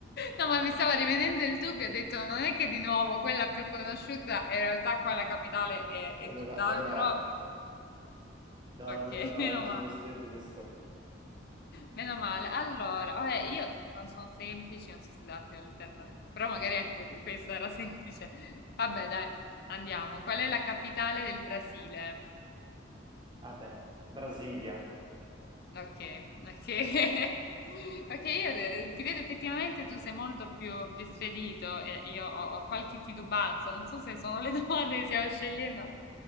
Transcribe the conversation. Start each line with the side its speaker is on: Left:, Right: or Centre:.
Left: No, ma mi stava rivenendo il dubbio, ho detto, non è che di nuovo quella più conosciuta, in realtà qua la capitale è,
Right: Allora,
Left: è tutt'altro.
Right: È una... No,
Left: Ok,
Right: no,
Left: <laughs>
Right: no, no,
Left: meno
Right: è giusto,
Left: male.
Right: è giusto.
Left: Meno male. Allora, vabbè, io non sono semplici, non so se darti l'alternativa, però magari anche questa era semplice. Vabbè, dai, andiamo. Qual è la capitale del Brasile?
Right: Vabbè, Brasilia.
Left: Ok, ok. <laughs> Perché io de- ti vedo effettivamente tu sei molto più, più spedito e io ho, ho qualche titubanza, non so se sono le <laughs> domande che stiamo scegliendo